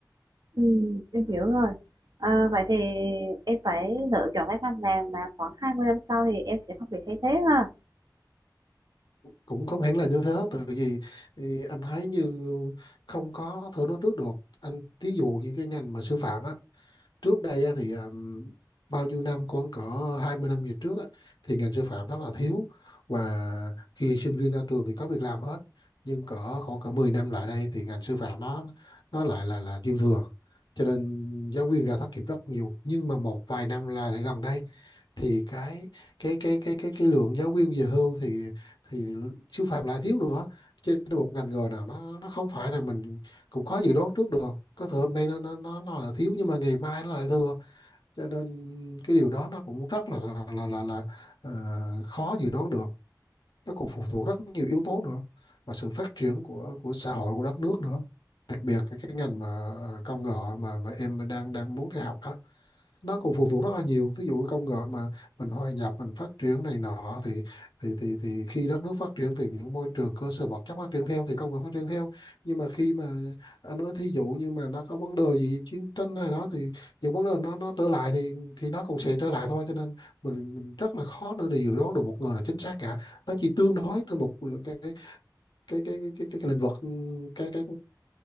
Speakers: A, on the right (about 65°); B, on the left (about 75°).
A: Ừ, em hiểu rồi. À, vậy thì em phải lựa chọn cái ngành làm mà khoảng 20 năm sau thì em sẽ không bị thay thế ha.
B: cũng không hẳn là như thế tại vì thì anh thấy như không có thể nói trước được anh thí dụ như cái ngành mà sư phạm á trước đây á, thì um, bao nhiêu năm khoảng cỡ 20 năm về trước á, thì ngành sư phạm rất là thiếu và khi sinh viên ra trường thì có việc làm hết nhưng cỡ khoảng cỡ 10 năm lại đây thì ngành sư phạm nó nó lại là là dư thừa cho nên giáo viên ra thất nghiệp rất nhiều nhưng mà một vài năm là lại gần đây thì cái cái cái cái cái cái lượng giáo viên về hưu thì thì siêu phàm lại thiếu nữa trên một ngành nghề nào nó nó không phải là mình cũng khó dự đoán trước được có thể hôm nay nó nó nó, nó là thiếu nhưng mà ngày mai nó lại thừa cho nên cái điều đó nó cũng rất là là là, là ờ, khó dự đoán được nó còn phụ thuộc rất nhiều yếu tố nữa và sự phát triển của của xã hội của đất nước nữa đặc biệt cái, cái ngành mà à, công nghệ mà mà em đang đang muốn theo học đó nó còn phụ thuộc rất là nhiều Ví dụ công nghệ mà mình hòa nhập mình phát triển này nọ thì thì thì thì khi đất nước phát triển thì những môi trường cơ sở vật chất phát triển theo thì công nghệ phát triển theo nhưng mà khi mà anh nói thí dụ như mà nó có vấn đề gì chiến tranh hay đó thì những vấn đề nó nó trở lại thì thì nó cũng sẽ trở lại thôi cho nên mình mình rất là khó để dự đoán được một người là chính xác cả nó chỉ tương đối trên một cái cái cái cái cái, cái, lĩnh vực ừ, cái cái